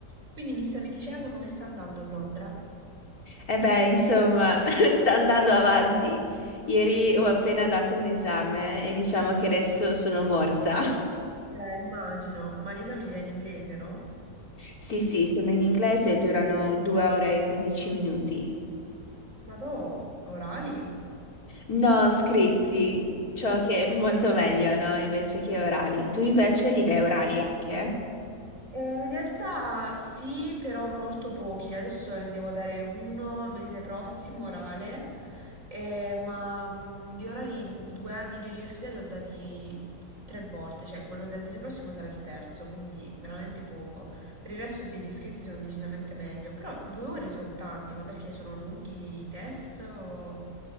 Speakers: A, on the right; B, on the left.
A: Quindi mi stavi dicendo come sta andando a Londra?
B: E beh, insomma, <laughs> sta andando avanti. Ieri ho appena dato un esame e diciamo che adesso sono morta. <laughs>
A: Eh, immagino, ma gli esami li dai in inglese, no?
B: Sì, sì, sono in inglese e durano 2 ore e 15 minuti.
A: Ma to, orali? <clears throat>
B: No, scritti,
A: Mm.
B: ciò che è molto meglio, no? Invece che orali. Tu invece
A: Sì.
B: li dai orali anche?
A: Eh, in realtà sì, però molto pochi. Adesso ne devo dare uno mese prossimo, orale, Eh, ma mh, di orali in due anni di università li ho dati tre volte, cioè quello del mese prossimo sarà il terzo, quindi veramente poco. Per il resto sì, gli iscritti sono decisamente meglio, però due ore sono tanti, ma perché sono lunghi i test o